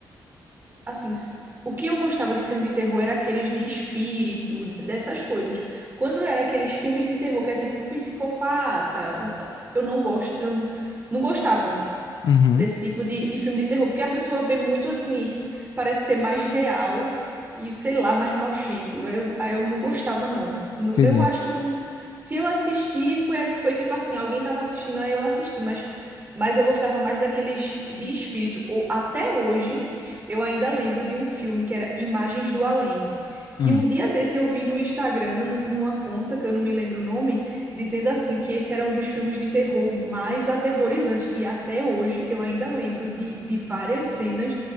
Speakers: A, on the right (about 25°); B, on the left (about 60°).
A: Assim, s- o que eu gostava de filme de terror era aqueles de espírito, dessas coisas. Quando era aqueles filmes de terror que é tipo um psicopata, um- eu não gosto, eu não gostava.
B: Uhum.
A: desse tipo de, de filme de terror, porque a pessoa vê muito assim, parece ser mais real e, sei lá, mais nojento. Eu, aí eu não gostava, não. Nu-
B: Entendi.
A: Eu acho que eu não... Se eu assisti, foi, foi tipo assim, alguém estava assistindo, aí eu assisti, mas, mas eu gostava mais daqueles de espírito. Ou, até hoje, eu ainda lembro de um filme que era Imagens do Além, que
B: Hum.
A: um dia desse eu vi no Instagram, nu- numa conta, que eu não me lembro o nome, dizendo assim que esse era um dos filmes de terror mais aterrorizantes. E até hoje eu ainda lembro de, de várias cenas